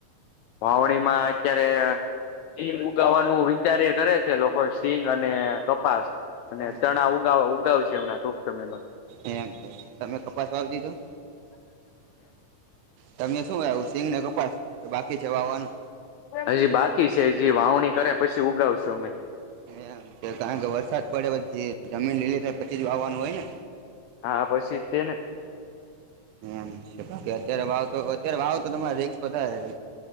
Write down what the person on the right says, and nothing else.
હમ
એમ છે. તમે કપાસ વાવી દીધું? તમે શું વાઈવું સિંગ ને કપાસ કે બાકી છે. વાવાનું
એમ છે, કારણ કે વરસાદ પડે પછી જમીન લીલી થાય પછી જ વાવાનું હોય ને
એમ છે, બાકી અત્યારે વાવ તો અત્યારે વાવો તો તમારે રિકસ વધારે